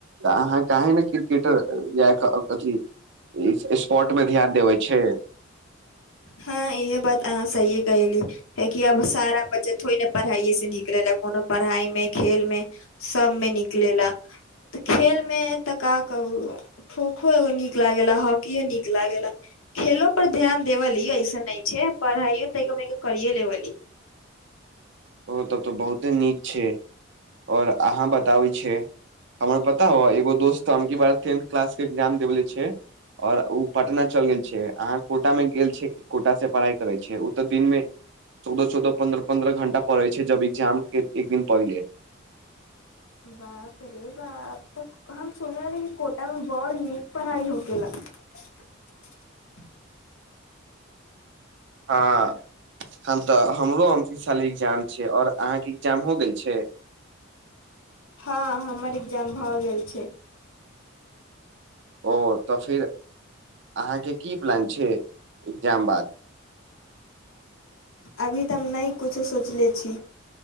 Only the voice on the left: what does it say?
हँ इहे बात आ कहली है कि अब सारा बच्चा थोड़ ने पढ़ाइए से न नै नै कोनो पढ़ाइ मे खेल मे सबमे निकलेला तऽ खेलमे तऽ का कहू खोखो नीक लागेला हॉकिओ नीक लागेला खेलो पर ध्यान देवली ऐसन नई छै पढ़ाइयओ तनिका मनिका करिए लेवली <inaudible>
बाप रे बाप तऽ हम सुनलेरहि कि कोटा में बर नीक पढ़ाई होखेला <inaudible>
हँ हमर एग्जाम भऽ गेल छै
अभी तऽ हम नई कुछो सोचले छी